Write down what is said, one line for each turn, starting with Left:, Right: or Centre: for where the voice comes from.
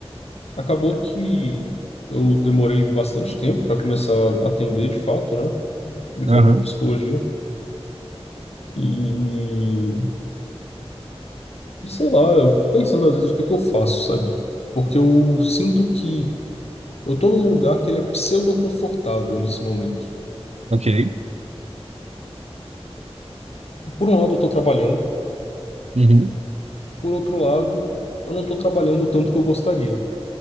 Left: Acabou que eu demorei bastante tempo para começar a atender de fato, né? Me
Right: Aham.
Left: formei em psicologia. E, e sei lá, eu fico pensando às vezes o que que eu faço, sabe? Porque eu sinto que eu tô num lugar que ele é pseudo-confortável nesse momento.
Right: Ok.
Left: Por um lado, eu tô trabalhando,
Right: Uhum.
Left: por outro lado, eu não tô trabalhando o tanto que eu gostaria.